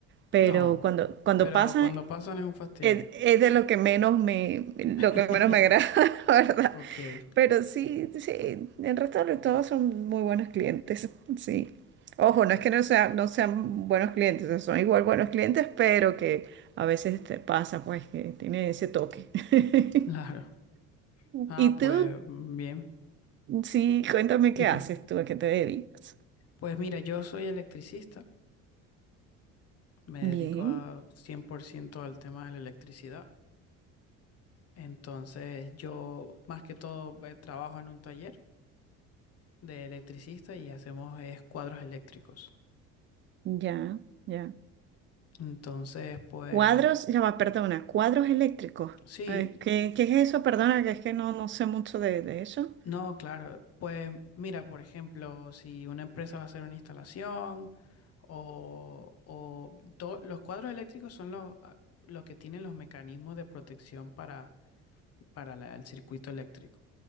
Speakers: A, on the right; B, on the left.
A: Pero
B: No,
A: cuando, cuando
B: pero
A: pasan,
B: cuando pasan es un fastidio.
A: es, es de lo que menos me, lo
B: <laughs>
A: que menos me agrada, <laughs> ¿verdad?
B: Ok,
A: Pero sí, sí, el resto de todos son muy buenos clientes, <laughs> sí. Ojo, no es que no sean no sean buenos clientes, o sea, son igual buenos clientes, pero que a veces te pasa, pues, que tiene ese toque. <laughs>
B: claro. Ah,
A: ¿Y
B: pues
A: tú?
B: mm, bien.
A: Sí, cuéntame qué
B: <laughs>
A: haces tú, a qué te dedicas.
B: Pues mira, yo soy electricista. Me
A: Bien,
B: dedico a 100% al tema de la electricidad. Entonces, yo más que todo eh, trabajo en un taller de electricista y hacemos eh, cuadros eléctricos.
A: ya, ya.
B: Entonces, pues
A: Cuadros, ya va, perdona, cuadros eléctricos.
B: sí,
A: Eh, ¿Qué, qué es eso? Perdona, que es que no, no sé mucho de, de eso.
B: no, claro. Pues mira, por ejemplo, si una empresa va a hacer una instalación o, o to- los cuadros eléctricos son los, ah, lo que tienen los mecanismos de protección para, para la- el circuito eléctrico.